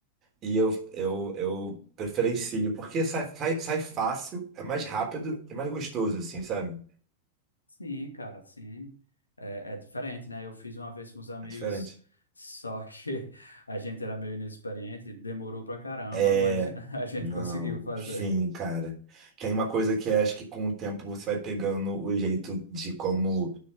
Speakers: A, on the right (about 30°); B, on the left (about 75°).
A: e eu, eu, eu preferencio, porque sai, sai, sai fácil, é mais rápido e mais gostoso, assim, sabe?
B: Sim, cara, sim. É, é diferente, né? Eu fiz uma vez com os amigos,
A: É diferente.
B: só que <laughs> a gente era meio inexperiente, demorou pra caramba,
A: É,
B: mas <laughs> a gente
A: não,
B: conseguiu fazer.
A: sim, cara. Tem uma coisa que é, acho que com o tempo você vai pegando o jeito de como